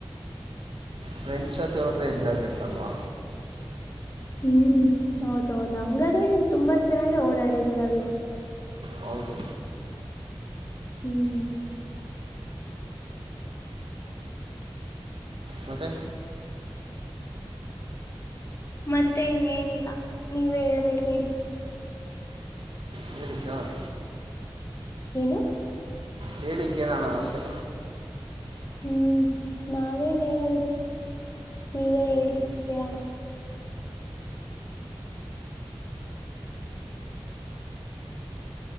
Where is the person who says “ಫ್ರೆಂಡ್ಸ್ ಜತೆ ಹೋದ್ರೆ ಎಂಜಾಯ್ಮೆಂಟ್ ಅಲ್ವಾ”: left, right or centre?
Right